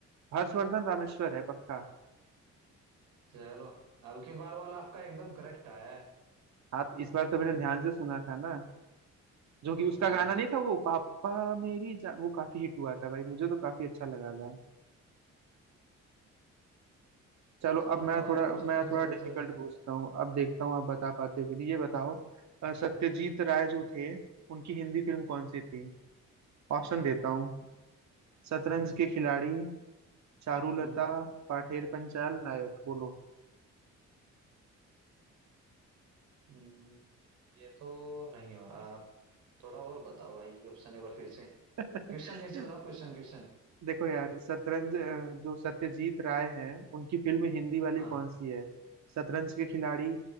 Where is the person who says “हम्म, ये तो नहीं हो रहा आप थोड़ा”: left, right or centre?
Right